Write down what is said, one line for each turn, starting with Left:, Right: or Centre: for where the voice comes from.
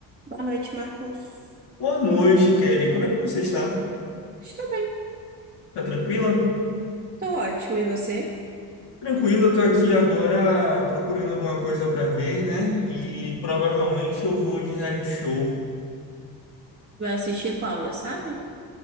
Right: Boa noite, Marcos.
Left: Boa noite, Kelly. Como é que você está?
Right: Estou bem,
Left: Tá tranquila?
Right: estou ótima. E você?
Left: Tranquila, eu tô aqui agora procurando alguma coisa pra ver, né? E provavelmente eu vou de reality show.
Right: Vai assistir qual, já sabe?